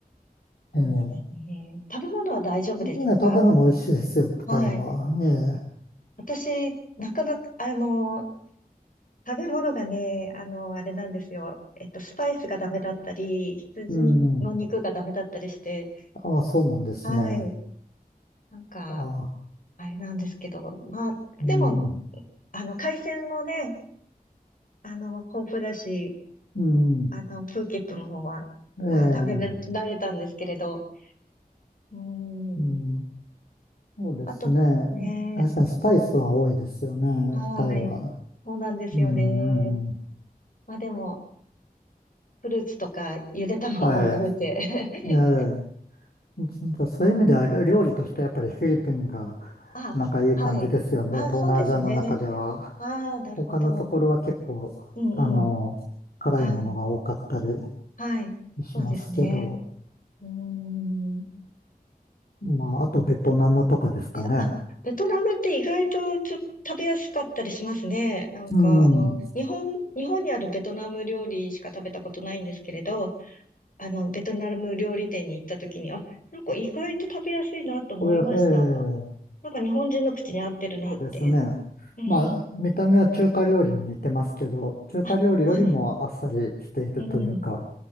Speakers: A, on the left (about 75°); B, on the left (about 60°).
A: ええ。
B: そうですね。
A: ね
B: 食べ物は大丈夫ですか
A: え食べ物美味しいですよ、
B: はい。
A: タイは。ええ。
B: 私、なかなか、あの、食べ物がね、あの、あれなんですよ。えっと、スパイスがダメだったり、羊の肉がダメだったりして、
A: うん。ああ、そうなんですね。
B: はい。
A: あ
B: なんか、
A: あ、
B: あれなんですけど、まあ、
A: うん。
B: でも、あの、海鮮もね、あの、豊富だし、
A: うん。
B: あの、プーケットの方は、
A: ええ。
B: まあ、食べられたんですけれど、うん。
A: うん。そうですね。
B: あと、ね、
A: 確かにスパイスは多いですよね、
B: はい。
A: タイは。
B: そうなんですよね。
A: うん。うん
B: まあでも、フルーツとか、ゆで卵を食べて
A: はい。ええ。じゃあそういう意味では料料理としてやっぱりフィリピンが
B: <laughs> あ、
A: なんかいい感じですよね。
B: はい。あ、
A: 東南アジアの中では。
B: そうですね。ああ、なるほど。
A: 他のところは結構、
B: うんうん。
A: あの、辛いものが多かったり。
B: はい。はい。
A: しますけど、
B: そうですね。うーん。
A: まあ、あとベトナムとかですかね。
B: いや、あ、ベトナムって意外とちょっと食べやすかったりしますね。なんか、
A: うん。
B: あの、日本、日本にあるベトナム料理しか食べたことないんですけれど、あの、ベトナム料理店に行った時に、あ、なんか意外と食べやすいなと思いました。
A: これは、ええ、
B: なんか日本人の口に合ってるなって。
A: そうですね。
B: うん。
A: まあ、見た目は中華料理に似てますけど、中華料理よりもあっさりしているというか、
B: あ、はい。うん。